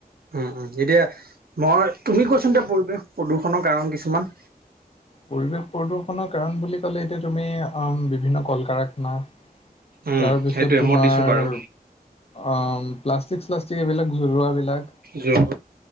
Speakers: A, on the right (about 75°); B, on the left (about 40°).
A: উম, উম, এতিয়া মই তুমি কোৱাচোন এতিয়া পৰিৱেশ প্ৰদূষণৰ কাৰণ কিছুমান?
B: পৰিৱেশ প্ৰদূষনৰৰ কাৰণ বুলি ক'লে এতিয়া তুমি বিভিন্ন কল কাৰখানা
A: উম
B: তাৰপিছত
A: সেইটোৱে
B: তোমাৰ
A: মই দিছোঁ বাৰু
B: অ' প্লাষ্টিক শ্লাষ্টিক এইবিলাক জৰুৱাবিলাক।
A: যোৰ